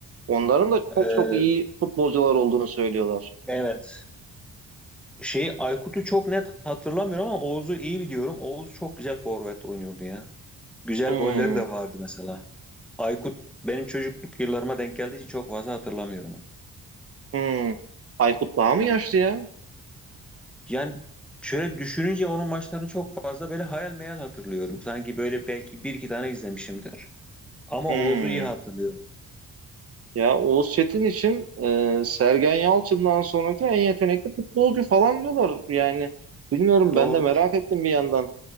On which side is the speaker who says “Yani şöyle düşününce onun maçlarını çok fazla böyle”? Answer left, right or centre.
Centre